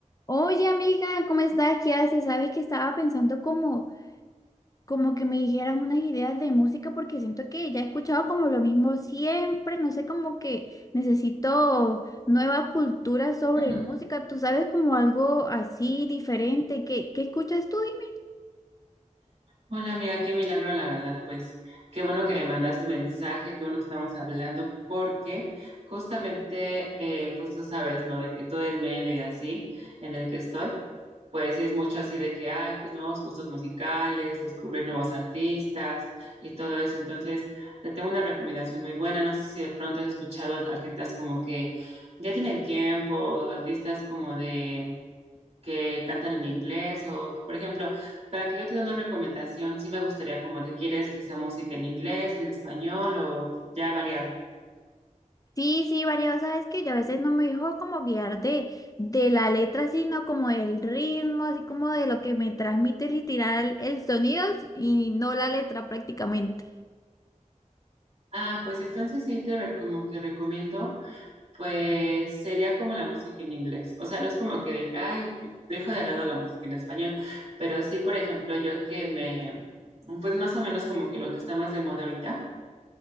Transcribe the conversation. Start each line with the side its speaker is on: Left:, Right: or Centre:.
Left: Oye, amiga, ¿cómo estás? ¿Qué haces? Sabes que estaba pensando como, como que me dijeras unas ideas de música porque siento que ya he escuchado como lo mismo siempre, no sé, como que necesito nueva cultura sobre
Right: Ujú.
Left: música. ¿Tú sabes como algo así diferente? ¿Qué, qué escuchas tú? Dime.
Right: Hola amiga, qué milagro la verdad, pues qué bueno que me mandaste mensaje, qué bueno que estamos hablando, porque justamente, eh, pues tú sabes, ¿no? De que todo el medio y así en el que estoy, pues sí es mucho así de que hay pues nuevos gustos musicales, descubrir nuevos artistas y todo eso. Entonces, te tengo una recomendación muy buena, no sé si de pronto has escuchado de artistas como que ya tienen tiempo, o artistas como de que cantan en inglés o, por ejemplo, para que yo te dé una recomendación, sí me gustaría como te quieres que sea música en inglés, en español o ya variado.
Left: Sí, sí, variado, sabes que yo a veces no me dejo como guiar de, de la letra, sino como del ritmo, así como de lo que me transmite literal el sonido y no la letra prácticamente.
Right: Ah, pues entonces sí te re- como que recomiendo, pues sería como la música en inglés. O sea, no es como que de, que, ay, dejo de lado la música en español, pero sí, por ejemplo, yo que me, pues más o menos como que lo que está más de moda ahorita